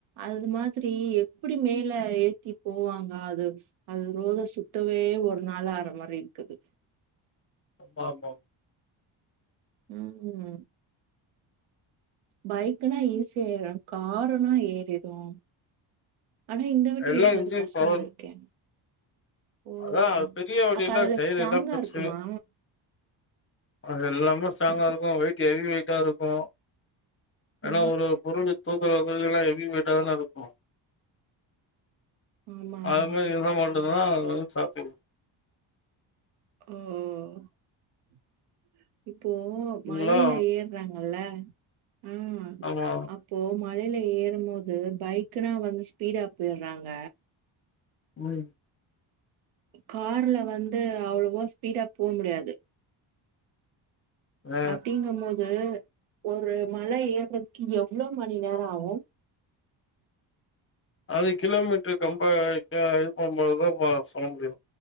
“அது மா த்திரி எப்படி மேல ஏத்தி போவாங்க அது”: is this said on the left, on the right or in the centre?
Right